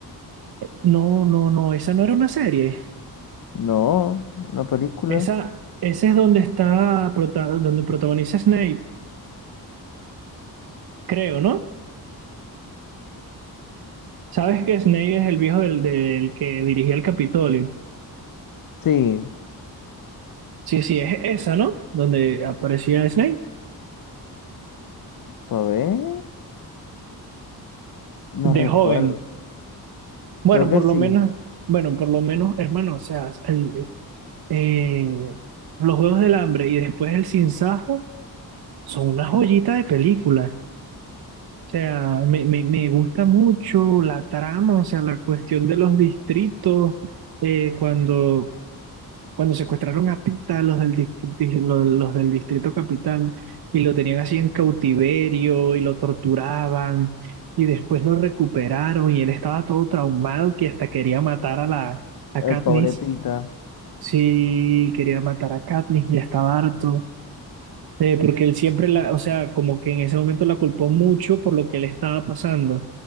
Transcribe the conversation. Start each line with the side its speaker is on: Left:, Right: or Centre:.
Right: No, no, no, esa no era una serie.
Left: No, una película.
Right: Esa, esa es donde está, prota- donde protagoniza Snape, creo, ¿no? ¿Sabes que Snape es el viejo del, del que dirigía el Capitolio?
Left: Sí,
Right: Sí, sí, es esa, ¿no? Donde aparecía Snape
Left: ¿por ver? No
Right: de
Left: recuerdo.
Right: joven. Bueno,
Left: Creo que
Right: por
Left: sí,
Right: lo menos, bueno, por lo menos, hermano, o sea, el- eh, los Juegos del Hambre y después el Sinsajo son una joyita de película. O sea, me, me, me gusta mucho la trama, o sea, la cuestión de los distritos, eh, cuando cuando secuestraron a Pita, los del, dis- di- lo- los del Distrito Capital, y lo tenían así en cautiverio y lo torturaban, y después lo recuperaron y él estaba todo traumado que hasta quería matar a la a
Left: el
Right: Katniss.
Left: pobre Pita.
Right: Sí, quería matar a Katniss, ya estaba harto. Eh, porque él siempre la, o sea, como que en ese momento la culpó mucho por lo que le estaba pasando.